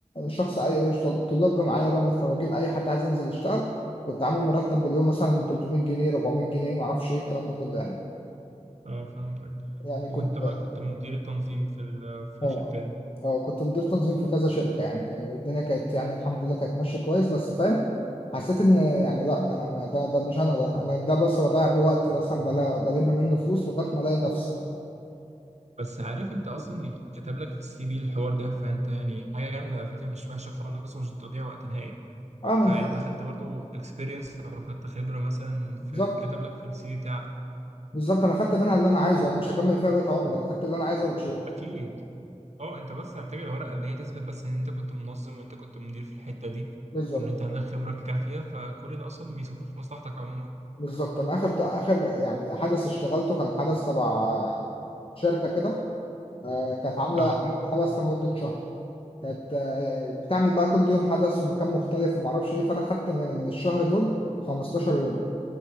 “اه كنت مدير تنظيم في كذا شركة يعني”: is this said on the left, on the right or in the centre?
Left